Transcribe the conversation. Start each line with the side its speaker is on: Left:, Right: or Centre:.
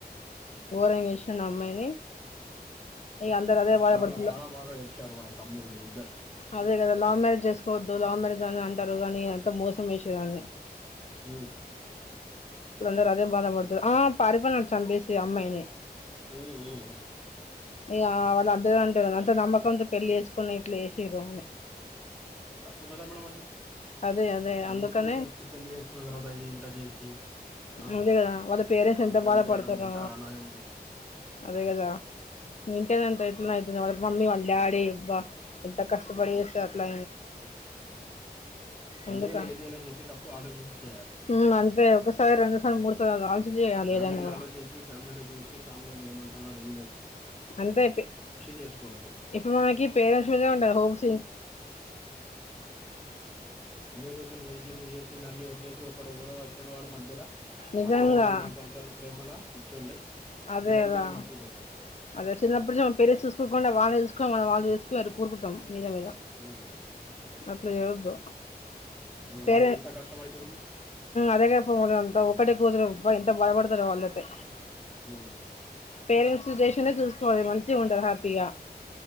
Left: రంగేశన్ అమ్మాయిని ఇగ అందరు అదే బాధపడుతులు
Centre: చాలా చాలా బాగా ఏడ్చారు వాళ్ళ తమ్ముళ్ళు ఇద్దరు
Left: అదే కదా లవ్ మ్యారేజ్ చేసుకోవద్దు లవ్ మ్యారేజ్ అని అంటారు కాగానీంత మోసం వేసేదాని
Centre: అ
Left: ఇందారు అదే బాధపడుతుారు ఆ పరిప నచాంేసి అమ్మాయినే
Centre: ఉమ్
Left: అయ వాళ్ళు అంత అంటారు అంత నమ్మకంతో పెళ్లి వేసుకున్న ఇట్లా వేస్ర అని
Centre: తప్పు కదా మేడమ్ అది
Left: అదే అదే అందుకనే
Centre: మమ్మక్క మీద వచ్చి పెళ్ళ చేసు న్న తర్వాత ఇది ఇంత చేసి ఆ
Left: అదే కదా వాళ్ళ పేరెంట్స్
Centre: తర్వాత
Left: ఎంత
Centre: చంపేయడం
Left: బాధ పడతారు
Centre: ఎంత అన్యాయం ఇది
Left: అదే కదా వింటేనేంత
Centre: హ్మ్
Left: ఎట్ అవుతుంది వాళ్ళ మమ్ీ వళడి ఇవ్వ ఎంత కష్టపడి
Centre: హ్మ్
Left: చేస్త అట్లా అందుక
Centre: అందువల్ల ఏదైనా చేసేటప్పుడు ఆలోచించి చేయాలి
Left: ఉమ్ అంతే ఒకసారి రెండు సార్లు మూడు సార్లు కాదు ఆలోచించి చేయాలి
Centre: ఫ్యామిలీని
Left: ఏదైనా కూడా
Centre: ఆలోచించి ఫ్యామిలీని చూసి ఫ్యామిలీ వాళ్ళు ఏమంటున్నారు ఏ
Left: అంతే
Centre: చేసుకోవాలి
Left: ఇప్పుడు మనకి పేరెంట్స్ మీద ఉంటారు హోమ్స్
Centre: ఎన్ని రోజులు పెంచింది చేసింది అన్ని వ ఒక ఎవడో వచ్చాడు వాడు మధ్యలో
Left: నిజంగా
Centre: మధ్యలో మూడు నాలుగు సంవత్సరాల ప్రేమల పిచ్చోల్లై
Left: అదే
Centre: ఇళ్లాందరినీ
Left: కదా
Centre: మర్చిపోతారు
Left: అదే చిన్నప్పుడు మం పే చూసుకోకుడా వాళ్ళుేసుకోని మన వాళ్ళు చేసుకని అ కోరుకుతాం మీద మీద
Centre: ఉమ్.
Left: అట్లా చేవద్దు
Centre: ఇప్పుడు
Left: పేరే
Centre: వాళ్ళకి ఎంత కష్టం అయితుంది
Left: అదే కాపో మ అంతా ఒకటే కూతురు బ ఎంత బయపడతారు వాళ్ళైతే
Centre: ఓ
Left: పేరు సిచేషన్ చూసుకోవాలి మంచిగా ఉంటారు హ్యాపీగా